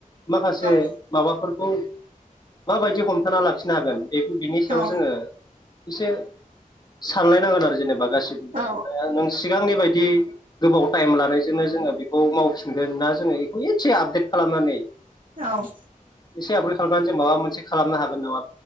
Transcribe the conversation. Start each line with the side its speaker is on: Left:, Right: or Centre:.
Left: माखासे
Right: उम
Left: माबाफोरखौ माबायदि हमथाना लाखिनो हागोन बे बिनि सायाव
Right: औ
Left: जोङो एसे सानलायनांगोन आरो जेनेबा गासि <unintelligible>
Right: औ
Left: नों सिगांनि बायदि गोबाव टाइम लानायजोंनो जोङो बेखौ मावफिनगोन ना जोङो बेखौ एसे आपडेट खालामनानै
Right: औ
Left: एसे आपग्रेड खालामनानै जों माबा मोनसे खालामनो हागोन नामा?